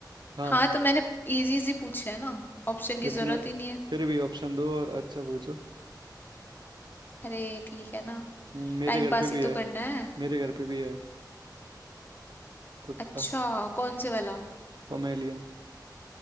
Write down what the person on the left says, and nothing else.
हाँ तो मैंने इजी इजी पूछे है ना ऑप्शन की
जरूरत ही नहीं है
अरे ठीक है ना
टाइम
पास
ही
तो करना है
अच्छा कौन से वाला